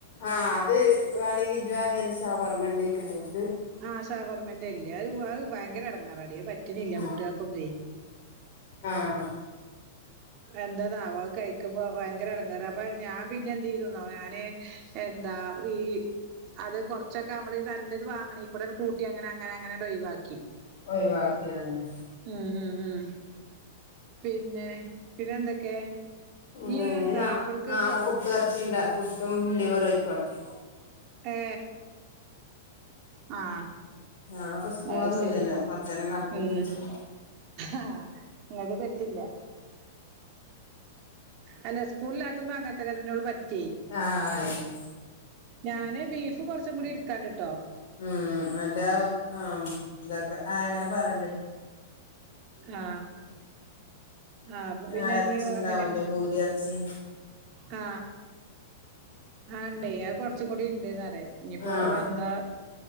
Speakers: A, on the left (about 50°); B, on the right (about 40°).
A: ആ അത് വേണെങ്കി ഇജ്ജ് വാങ്ങിയത് ഷവർമേന്റെ ക്കാരത്
B: ആ ഷവർമേന്റെ എല്ലാ അത് വേവ് ഭയങ്കര ഇടങ്ങേറാടി പറ്റണില്യ
A: ആഹ്
B: കുട്ട്യാക്കൊന്നുവേ
A: ആഹ്
B: എന്റെ നാവ് കഴിക്കുംമ്പം ഭയങ്കര ഇടങ്ങേറ് അപ്പൊ ഞാൻ പിന്നെ എന്ത് ചെയ്തിനോ ഞാന് എന്താ ഈ അത് കൊറച്ചൊക്കെ നമ്മള് നല്ലത് വാങ്ങണെ കൊറെത് കൂട്ടി അങ്ങനെ അങ്ങനെ അങ്ങനെ അത്‌ ഒഴിവാക്കി
A: ഴിവാക്കിയതു തന്നെ
B: ഉം ഉം ഉം പിന്നെ പിന്നെ എന്തൊക്കെ
A: ഉം
B: നീയെ
A: ഇനി
B: എന്ത
A: നാ
B: അവർക്ക്-
A: നാളെ പുട്ട് ഇറച്ചിണ്ട പുട്ടും ലിവറും ആയിക്കോടെ
B: ഏ... ആ
A: നാളെപ്പോ സ്കൂളൊന്നും
B: അത് ശരി
A: ഇല്ലല്ലോ കൊറച്ചേരം കടക്കും
B: മ്
A: ചെജ്ജും
B: ആ നിങ്ങക്ക് തെറ്റില്ല അല്ല സ്കൂളില- <inaudible>
A: ആ ആയല്ലോ
B: ഞാന് ബീഫ് കുറച്ചും കൂടി എടുക്കാനുണ്ട്
A: മ് അതാ ആ ഇതൊക്കെ അങ്ങനെ പറഞ്ഞിട്ടുണ്ടടി
B: ആ ആ അപ്പൊ പിന്നെ
A: ആഹ് ഇറച്ചി
B: ഇനി
A: ഉണ്ടാവൂലേ
B: അങ്ങനെ
A: മൂരി ഇറച്ചി
B: ആ ഇണ്ടേയ് അ കൊറച് കുറച്ചു കൂടി ഇണ്ട്ന്ന് പറയാ ഇനി ഇപ്പൊ
A: ആഹ്
B: എന്താ